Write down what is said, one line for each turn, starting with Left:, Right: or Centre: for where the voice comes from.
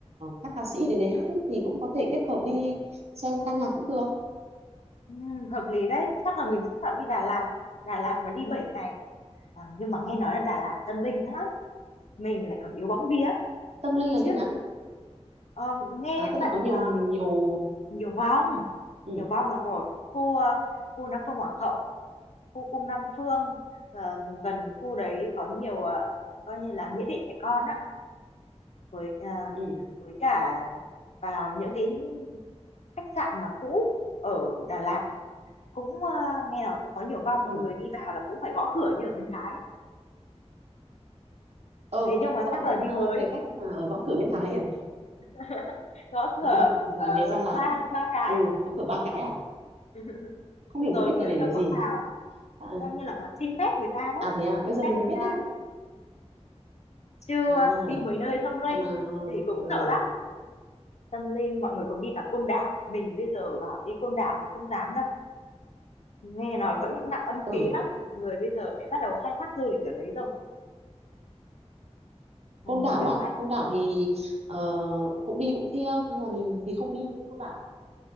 Right: các ca sĩ đến đấy hát ấy, thì cũng có thể kết hợp đi xem ca nhạc cũng được
Left: Ừm, hợp lý đấy chắc là mình sẽ chọn đi Đà Lạt Đà Lạt mà đi 7 ngày Ờ, nhưng mà nghe nói là Đà Lạt tâm linh thế lắm mình lại còn yếu bóng vía
Right: tâm linh là
Left: trước
Right: như nào
Left: ờ, nghe
Right: à tức
Left: bạn
Right: là có nhiều
Left: ờ,
Right: nhiều
Left: Nhiều Vong
Right: ừ
Left: Nhiều Vong là một khu ờ, khu Nam Phương Hoàng Hậu khu cung Nam Phương ờ, gần khu đấy có nhiều ờ, coi như là nghĩa địa trẻ con á với ờ,
Right: ừ
Left: với cả vào những cái khách sạn mà cũ ở Đà Lạt cũng ờ, nghe nói cũng có nhiều vong mọi
Right: ừ
Left: người đi vào là cũng phải gõ cửa như ở bên Thái
Right: ờ
Left: thế nhưng mà
Right: sao bạn
Left: chắc
Right: biết
Left: là đi
Right: ờ,
Left: mới
Right: cái cách mà ở Võ Cử bên Thái ấy à
Left: <laughs> gõ cửa
Right: đúng rồi bây giờ
Left: ờ,
Right: mới nhớ ra là
Left: ba ba cái
Right: ừ Võ Cử ba cái à
Left: <laughs>
Right: không
Left: rồi
Right: hiểu mục đích
Left: mới
Right: là để
Left: được
Right: làm gì
Left: bước vào
Right: à,
Left: coi như là xin phép người ta đấy
Right: à thế à
Left: xin
Right: bây giờ
Left: phép
Right: mình mới
Left: người
Right: biết
Left: ta
Right: đấy
Left: chưa
Right: à
Left: đi mấy nơi thâm linh
Right: thằng nào
Left: thì cũng
Right: ừ
Left: sợ lắm tâm linh mọi người còn đi cả Côn Đảo mình bây giờ bảo đi Côn Đảo mình không dám đâu nghe nói vẫn nặng âm
Right: ừ
Left: khí lắm mà mọi người bây giờ lại bắt đầu khai thác du lịch ở đấy rồi Ờ,
Right: Côn
Left: nhưng
Right: Đảo á
Left: mà
Right: Côn Đảo thì ờ, cũng đi cũng thiêng nhưng mà mình thì không đi Côn Đảo